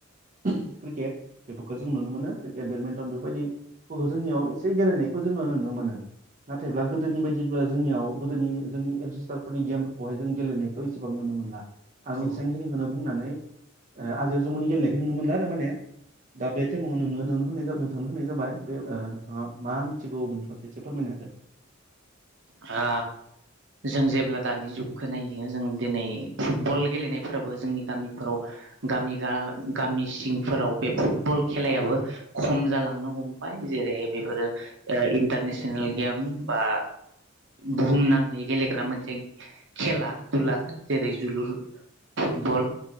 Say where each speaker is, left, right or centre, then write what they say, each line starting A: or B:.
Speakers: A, on the right; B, on the right.
A: क्रिकेट बेफोरखौ जों नुनो मोनो क्रिकेट बेडमिन्टन बेफोर बायदिफोरखौ जोंनियाव एसे गेलेनायखौ जोङो नुनो मोनो नाथायब्ला गोदोनि बायदि दिबो जोंनियाव गोदोनि जोंनि एनसेस्टारफोरनि गेमफोरखौहाय जों गेलेनायखौ इसेबां नुनो मोनला। आं
B: औ ओ
A: इसांखिनि खौनो बुंनानै ओ आजियाव जम'नि गेलेनायख बे नुनो मोनला आरो माने दा बे टाइमाव नोंनो नों होनाय नोंथांनो होनाय जाबाय बे ओ नोंथाङा मा मिथिगौ बेनि फारसे एसे फोरमायना होदो?
B: हा जों जेब्ला दानि जुगखो नायो जों दोनै फुटबल गेलेनायफोराबो जोंनि गामिफोराव गामि गा गामि सिंफोराव बे फुटबल खेलायाबो खम जालांनो हमबाय जेरैहाय बेफोरो ओ इन्टारनेसनेल गेम बा बुहुम नाङै गेलेग्रा मोनसे खेला दुला जेरै जोलुर फुटबल